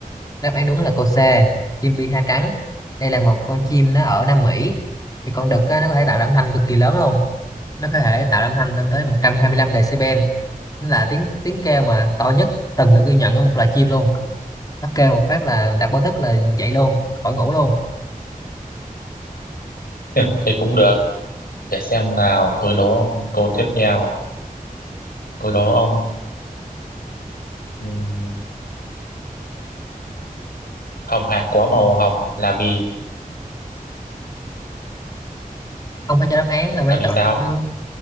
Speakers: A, on the left; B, on the left.
A: đáp án đúng là câu C chim bi ha trắng đây là một con chim nó ở Nam Mỹ thì con đực á, nó có thể tạo ra âm thanh cực kỳ lớn luôn nó có thể tạo ra âm thanh lên tới một trăm hai mươi lăm decibel nó là tiếng tiếng kêu mà to nhất từng được ghi nhận ở một loài chim luôn nó kêu một phát là đặt báo thức là dậy luôn khỏi ngủ luôn
B: <laughs> Thì cũng được. Để xem nào, tôi đố ông câu tiếp theo. Tôi đố ông ừm, hồng hạc có màu hồng là vì
A: ông phải cho đáp án là mới
B: là vì
A: chọn
B: sao?
A: được chứ